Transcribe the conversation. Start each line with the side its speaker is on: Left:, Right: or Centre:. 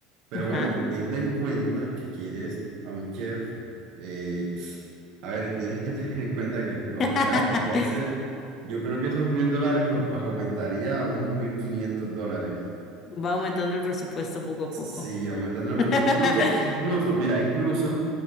Right: Pero
Left: Ajá.
Right: bueno, teniendo en cuenta que quieres a un chef, eh, a ver, tienes que <laughs> tener en cuenta que este es otro
Left: <laughs>
Right: gasto. Entonces, yo creo que esos mil dólares los aumentaría a unos mil quinientos dólares.
Left: Va aumentando el presupuesto poco a
Right: Sí,
Left: poco.
Right: aumentando el pre-
Left: <laughs>
Right: Incluso, incluso, mira, incluso